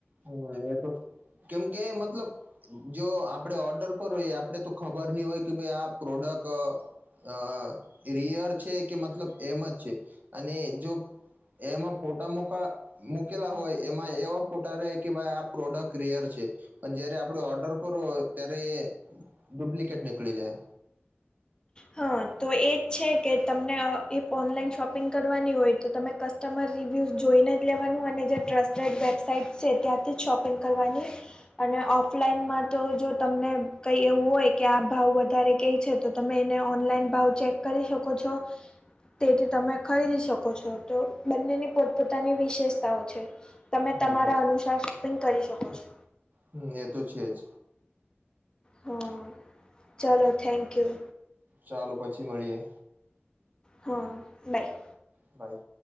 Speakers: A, on the right (about 45°); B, on the left (about 20°).
A: હમ એ તો કેમ કે મતલબ જો આપડે ઓર્ડર કરો. એ આપડે તો ખબર નહી હોય કે ભાઈ આ પ્રોડક્ટ અ રિયર છે કે મતલબ એમ જ છે. અને જો એમાં ફોટા મોકા મૂકેલા હોય એમાં એવા ફોટા રેય કે ભાઈ આ પ્રોડક્ટ રિયર છે. પણ જયારે આપડે ઓર્ડર કરો ત્યારે એ ડુપ્લિકેટ નીકળી જાય.
B: હા તો એજ છે કે તમને એ ઓનલાઈન શોપિંગ કરવાની હોય તો તમે કસ્ટમર રિવ્યૂઝ જોઈને. જ લેવાનું અને જે ટ્રસ્ટેડ વેબસાાઈટ છે ત્યાંથી જ શોપિંગ કરવાની. અને ઓફલાઈનમાં તો જો તમને કઈ એવું હોય કે આ ભાવ વધારે કેય છે. તો તમે એને ઓનલાઈન ભાવ ચેક કરી શકો છો. તેથી તમે ખરીદી શકો છો. તો બંનેની પોતપોતાની વિશેષતાઓ છે. તમે
A: હમ
B: તમારા અનુસાર શોપિંગ કરી શકો છો.
A: હમ એ તો છે જ.
B: હા ચાલો થેન્ક યુ.
A: ચાલો પછી મળીએ.
B: હા બાય.
A: ભાઈ